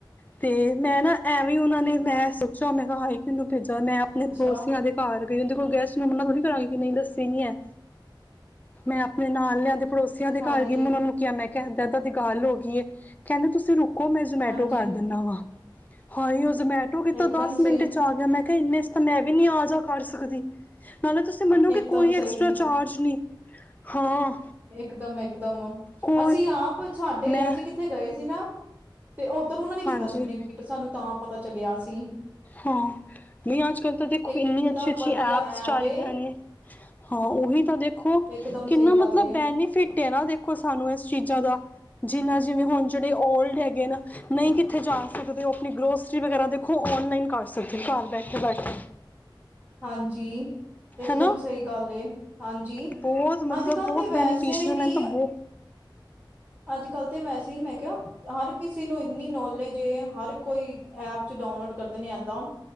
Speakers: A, on the left; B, on the right.
A: ਤੇ, ਮੈਂ ਨਾ ਐਵੇਂ ਉਨਾਂ ਨੇ ਮੈਂ ਸੋਚਿਆ ਮੈਂ ਕਿਹਾ -ਹਾਏ! ਕਿਨੂੰ ਭੇਜਾ ਮੈਂ ਆਪਣੇ
B: ਅੱਛਾ
A: ਪੜੋਸੀਆਂ ਦੇ ਘਰ <unintelligible> ਦੇਖੋ ਗੈਸਟ ਨੂੰ ਮੰਨਾ ਥੋੜੀ ਕਰਾਂਗੀ ਨਹੀਂ ਲੱਸੀ ਨੀ ਹੈ ਮੈਂ ਆਪਣੇ ਨਾਲ ਲਿਆਂ ਦੇ ਪੜੋਸੀਆਂ ਦੇ
B: ਹਾਂਜੀ
A: ਘਰ ਗਈ ਮੈਂ ਉਨਾਂ ਨੂੰ ਕਿਆ ਮੈਂ ਕਹਿ ਏਦਾਂ ਦਾ ਗੱਲ ਹੋ ਗਈ ਏ। ਕਹਿੰਦੇ ਤੁਸੀਂ ਰੁੋ ਓ ਮੈਂ ਜਮੈਟੋ
B: ਹਾਂਜੀ
A: ਕਰ ਦਿੰਦਾ ਵਾਂ ਹਾਂ ਹੀ ਉਸ ਨੂੰ ਜਮੈਟੋ ਕਿ ਕੀਤਾ
B: ਇਕਦਮ
A: ਦਸ ਮਿੰਟ
B: ਸਹੀ
A: ਵਿਚ ਆ ਗਿਆ ਮੈ- ਇਨਾ ਤਾਂ ਮੈਂ ਵੀ ਨਹੀਂ ਆ- ਜਾ ਕਰ ਸਕਦੀ। ਨਾਲੇ ਤੁਸੀਂ ਮੰਨੋਗੇ
B: ਇਕਦਮ
A: ਕੋਈ
B: ਸਹੀ
A: ਐਕਸਟਰਾ ਚਾਰਜ ਨਹੀਂ। ਹਾਂ
B: ਇਕਦਮ- ਇਕਦਮ
A: ਕੋਈ
B: ਅਸੀਂ ਆਪ ਸਾਡੇ,
A: ਮੈਂ
B: ਅਸੀਂ ਕਿੱਥੇ ਗਏ ਸੀ ਨਾ ਤੇ ਉੱਧਰ ਉਹਨਾਂ ਨੇ ਕੀਤਾ
A: ਹਾਂਜੀ
B: ਸੀ ਬਲਿੰਕਟ ਸਾਨੂੰ ਤਾਂ ਪਤਾ ਚਲਿਆ। ਤੇ-
A: ਹਾਂ, ਨਹੀਂ ਅੱਜ -ਕੱਲ੍ਹ ਤਾਂ ਦੇਖੋ
B: ਇਕਦਮ
A: ਇੰਨੀ ਅੱਛੀ -ਅੱਛੀ
B: ਵਧੀਆ
A: ਐਪਸ ਚੱਲ
B: ਐਪ ਏ
A: ਗਈਆਂ ਨੇ। ਹਾਂ, ਉਹੀ- ਤਾਂ ਦੇਖੋ
B: ਇਕਦਮ
A: ਕਿੰਨਾ
B: ਸਹੀ ਗੱਲ
A: ਮਤਲਬ
B: ਏ
A: ਬੈਨੀਫਿਟ ਐ ਨਾ ਦੇਖੋ ਸਾਨੂੰ ਇਸ ਚੀਜ਼ਾਂ ਦਾ। ਜਿਨਾ ਜਿਵੇਂ ਹੁਣ ਜਿਹੜੇ ਓਲਡ ਹੈਗੇ ਨਾ। ਨਹੀਂ ਕਿੱਥੇ ਜਾ ਸਕਦੇ ਉਹ ਆਪਣੀ ਗਰੋਸਰੀ ਵਗੈਰਾ ਦੇਖੋ ਔਨਲਾਈਨ ਕਰ ਸਕਦੇ, ਘਰ ਬੈਠੇ ਬੈਠਕੇ।
B: ਹਾਂਜੀ, ਇਕ
A: ਹਨਾ।
B: ਦਮ ਸਹੀ ਗੱਲ ਐ। ਹਾਂਜੀ,
A: ਬਹੁਤ ਮਤਲਬ
B: ਅੱਜ ਕੱਲ੍ਹ
A: ਬਹੁਤ
B: ਤਾਂ ਵੈਸੇ
A: ਬੈਨੀਫਿਸ਼ਅਲ ਮੈਨੂੰ
B: ਹੀ
A: ਤਾਂ ਬਹੁ
B: ਅੱਜ ਕੱਲ੍ਹ ਤਾਂ ਵੈਸੇ ਹੀ ਮੈਂ ਕਿਹਾ ਹਰ ਕਿਸੇ ਨੂੰ ਇੰਨੀ ਨੋਲੇਜ ਐ। ਹਰ ਕੋਈ ਐਪ ਚ ਡਾਊਨਲੋਡ ਕਰਦੇ ਨੇ ਇੱਦਾਂ